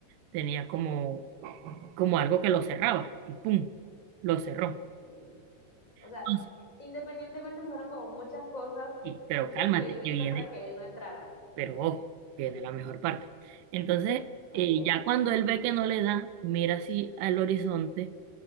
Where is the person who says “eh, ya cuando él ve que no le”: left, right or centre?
Right